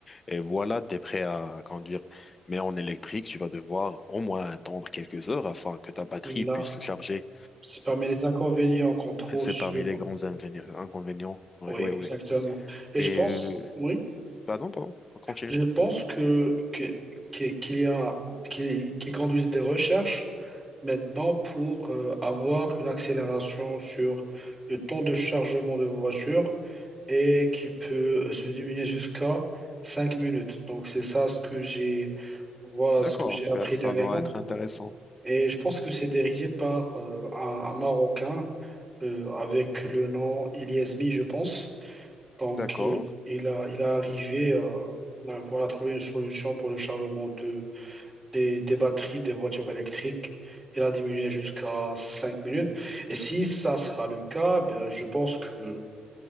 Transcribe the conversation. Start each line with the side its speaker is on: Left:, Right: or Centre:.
Left: et voilà, tu es prêt à conduire. Mais en électrique, tu vas devoir au moins attendre quelques heures afin que ta batterie
Right: Oui, là,
Left: puisse se charger.
Right: c'est parmi les inconvénients qu'on trouve
Left: Et C'est
Right: sur
Left: parmi les grands invéni- inconvénients. Ouais,
Right: Oui,
Left: ouais,
Right: exactement.
Left: ouais.
Right: Et
Left: Et
Right: je pense,
Left: euh,
Right: oui,
Left: pardon, pardon, on continue.
Right: je pense
Left: continue.
Right: que, que- que- qu'il y a, qu'ils qu'ils conduisent des recherches maintenant pour euh, avoir une accélération sur le temps de chargement de voiture et qui peut euh, se diminuer jusqu'à 5 minutes. Donc c'est ça ce que j'ai, voilà,
Left: D'accord,
Right: ce que j'ai
Left: ça,
Right: appris
Left: ça
Right: dernièrement.
Left: doit être intéressant.
Right: Et je pense que c'est dirigé par euh, un, un Marocain euh, avec le nom Iliasmi, je pense. Donc,
Left: D'accord.
Right: euh, il a, il a arrivé euh, à voilà, trouver une solution pour le chargement de, des, des batteries des voitures électriques. Il a diminué jusqu'à 5 minutes. Et si ça sera le cas, ben, je pense que